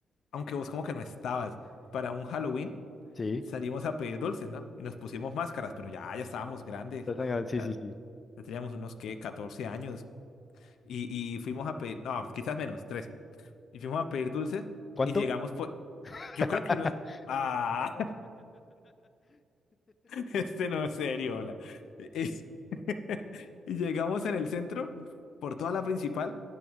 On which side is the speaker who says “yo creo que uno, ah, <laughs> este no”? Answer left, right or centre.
Left